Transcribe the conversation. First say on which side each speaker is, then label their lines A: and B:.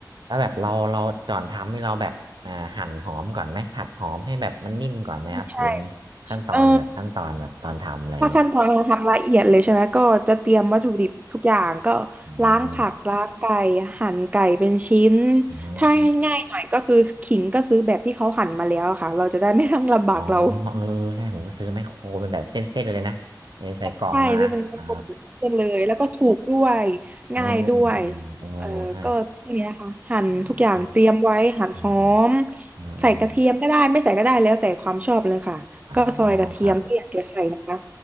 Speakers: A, on the right; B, on the right.
A: ถ้าแบบเราเราก่อนทำให้เราแบบอ่าหั่นหอมก่อนไหมผัดหอมให้แบบมันนิ่มก่อนไหมครับหรือไงขั้นตอนแบบขั้นตอนแบบตอนทำอะไรอย่างงี้
B: ใช่ เออถ้าขั้นตอนการทำละเอียดเลยใช่ไหม ก็จะเตรียมวัตถุดิบทุกอย่างก็
A: อืม
B: ล้างผักล้างไก่หั่นไก่เป็นชิ้น
A: อ๋อ
B: ถ้าให้ง่ายๆหน่อยก็คือขิงก็ซื้อแบบที่เขาหั่นมาแล้วอะค่ะ เราจะได้ไม่ต้องลำบากเรา
A: อ๋อเออใช่ผมก็ซื้อไมคโครเป็นแบบเส้นๆเลยนะเออใส่กล่องมาอ๋อ
B: ใช่ ซื้อเป็นเป็นโปรตีนเส้นเลยแล้วก็ถูกด้วย
A: อ๋อ
B: ง่ายด้วย
A: อืมโอ้ใช่
B: เออก็พวกเนี้ยค่ะหั่นทุกอย่างเตรียมไว้หั่นหอม
A: อ๋ออ๋ออืมอืมอืม
B: ใส่กระเทียมก็ได้ไม่ใส่ก็ได้แล้วแต่ความชอบเลยค่ะก็ซอยกระเทียมถ้าอยากจะใส่นะคะ
A: อ๋อครับ